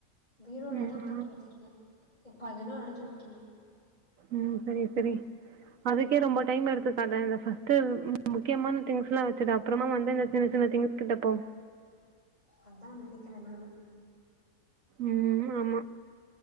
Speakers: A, on the left; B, on the right.
A: பிரோலதா
B: ம் ஆமா
A: போட்டு வெச்சிருக்க இப்ப அதெல்லா அடுக்கி வைக்கணு
B: ம் செரி செரி அதுகேப் ரொம்ப டைம் எடுத்துக்காத அந்த ஃபர்ஸ்ட் மு முக்கியமான திங்ஸ்லா வெச்சுடு அப்புறமா வந்து இந்த சின்ன சின்ன திங்ஸ் கிட்ட போ
A: அத்தா நெனைக்கிற நானு
B: ம் ஆமா